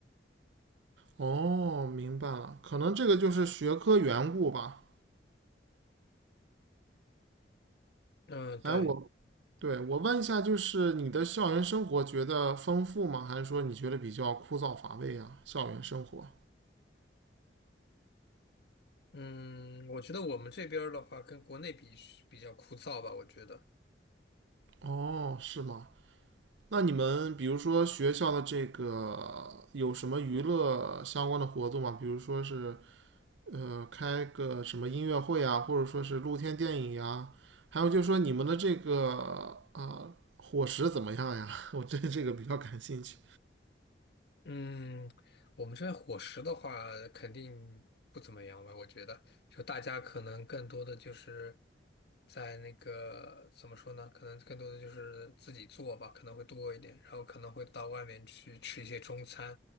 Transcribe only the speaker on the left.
嗯，对，
嗯，我觉得我们这边儿的话，跟国内比比较枯燥吧，我觉得。
嗯，我们这边伙食的话，肯定不怎么样吧？我觉得，就大家可能更多的就是在那个怎么说呢？可能更多的就是自己做吧，可能会多一点，然后可能会到外面去吃一些中餐。